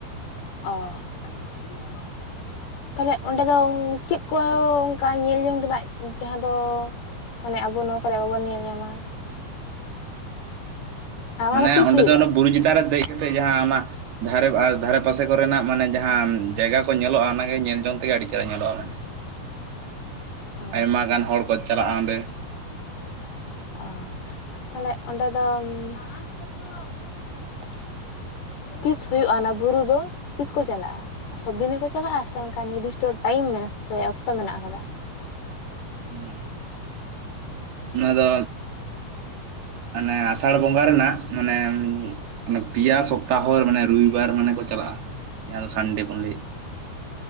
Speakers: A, on the left; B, on the right.
A: ᱚᱻ <unintelligible>
B: <inaudible>
A: ᱛᱟᱦᱞᱮ ᱚᱸᱰᱮ ᱫᱚ ᱪᱮᱫ ᱠᱚ ᱚᱱᱠᱟ ᱧᱮᱞ ᱡᱚᱝ ᱛᱮᱱᱟᱜ ᱡᱟᱦᱟᱸ ᱫᱚᱼᱼ ᱢᱟᱱᱮ ᱟᱵᱚ ᱱᱚᱣᱟ ᱠᱚᱨᱮ ᱵᱟᱵᱚᱱ ᱧᱮᱞ ᱧᱟᱢᱟ? ᱟᱨ ᱚᱱᱟ
B: ᱢᱟᱱᱮ
A: ᱛᱤᱥ
B: ᱚᱸᱰᱮ
A: ᱦᱩᱭᱩᱜᱼᱟ
B: ᱫᱚ ᱚᱱᱟ ᱵᱩᱨᱩ ᱪᱮᱛᱟᱱ ᱨᱮ ᱫᱮᱡ ᱠᱟᱛᱮᱜ ᱡᱟᱦᱟᱸ ᱚᱱᱟᱼᱼ ᱡᱟᱦᱟᱨᱮ ᱟᱨ ᱫᱷᱟᱨᱮ ᱯᱟᱥᱮ ᱠᱚᱨᱮᱱᱟᱜ ᱢᱟᱱᱮ ᱡᱟᱦᱟᱸ ᱡᱟᱭᱜᱟ ᱠᱚ ᱧᱮᱞᱚᱜᱼᱟ ᱚᱱᱟᱜᱮ ᱧᱮᱞ ᱡᱚᱝ ᱛᱮᱜᱮ ᱟᱹᱰᱤ ᱪᱮᱦᱨᱟ ᱧᱮᱞᱚᱜ-ᱟ ᱢᱟᱱᱮ᱾
A: ᱚ
B: ᱟᱭᱢᱟ ᱜᱟᱱ ᱦᱚᱲ ᱠᱚ ᱪᱟᱞᱟᱜᱼᱟ ᱚᱸᱰᱮ᱾
A: ᱚ ᱛᱟᱦᱞᱮ ᱚᱸᱰᱮ ᱫᱚ <unintelligible>
B: <inaudible>
A: ᱛᱤᱥ ᱦᱳᱭᱳᱜᱼᱟ ᱚᱱᱟ ᱵᱩᱨᱩ ᱫᱚ ᱛᱤᱥ ᱠᱚ ᱪᱟᱞᱟᱜᱼᱟ? ᱥᱚᱵᱽᱫᱤᱱ ᱜᱮᱠᱚ ᱪᱟᱞᱟᱜᱼᱟ ᱥᱮ ᱚᱱᱠᱟ ᱱᱤᱨᱫᱤᱥᱴᱚ ᱴᱟᱭᱤᱢ ᱢᱮᱱᱟᱜ ᱥᱮ ᱚᱠᱛᱚ ᱢᱮᱱᱟᱜ ᱟᱠᱟᱫᱟ᱾
B: ᱦᱩᱸ ᱚᱱᱟ ᱫᱚ ᱟᱱᱮ ᱟᱥᱟᱲ ᱵᱚᱸᱜᱟ ᱨᱮᱱᱟᱜ ᱢᱚᱱᱮ ᱚᱱᱮ ᱯᱤᱭᱟ ᱥᱚᱯᱛᱟᱦᱚ ᱢᱟᱱᱮ ᱨᱚᱵᱤᱵᱟᱨ ᱢᱟᱱᱮ ᱠᱚ ᱪᱟᱞᱟᱜᱼᱟ ᱡᱟᱦᱟᱸ ᱫᱚ ᱥᱟᱱᱰᱮ ᱵᱚᱱ ᱞᱮᱹᱭᱮᱫ